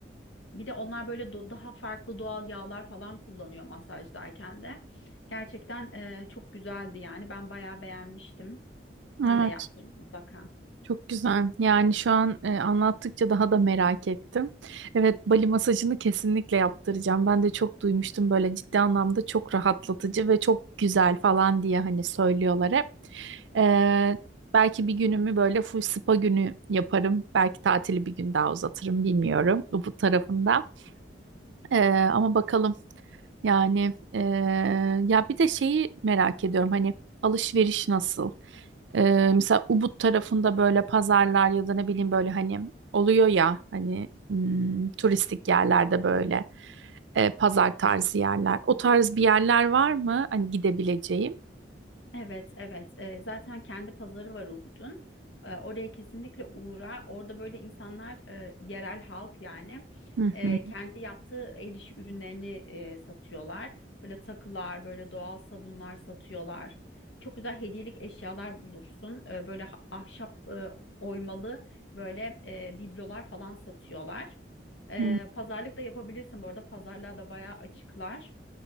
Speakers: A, on the left; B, on the right.
A: bir de onlar böyle do- daha farklı doğal yağlar falan kullanıyor masajdayken de. Gerçekten e, çok güzeldi yani. Ben bayağı beğenmiştim. Sen
B: evet.
A: de yaptır mutlaka.
B: Çok güzel. Yani şu an e, anlattıkça daha da merak ettim. Evet, Bali masajını kesinlikle yaptıracağım. Ben de çok duymuştum böyle ciddi anlamda çok rahatlatıcı ve çok güzel falan diye hani söylüyorlar hep. Ee, belki bir günümü böyle full spa günü yaparım. Belki tatili bir gün daha uzatırım bilmiyorum bu tarafında. Ee, ama bakalım. Yani eee, ya bir de şeyi merak ediyorum hani alışveriş nasıl? Eee mesela Ubud tarafında böyle pazarlar ya da ne bileyim böyle hani oluyor ya hani hmm, turistik yerlerde böyle e, pazar tarzı yerler. O tarz bir yerler var mı hani gidebileceğim?
A: Evet, evet. Ee, zaten kendi pazarı var Ubud'un. Ee, oraya kesinlikle uğra. Orada böyle insanlar, e, yerel halk yani,
B: Hı
A: e,
B: hı.
A: kendi yaptığı el işi ürünlerini e, satıyorlar. Böyle takılar, böyle doğal sabunlar satıyorlar. Çok güzel hediyelik eşyalar bulursun. Ee, böyle ha- ahşap e, oymalı böyle e, biblolar falan satıyorlar. Ee,
B: Hı
A: pazarlık da yapabilirsin bu arada. Pazarlığa da bayağı açıklar.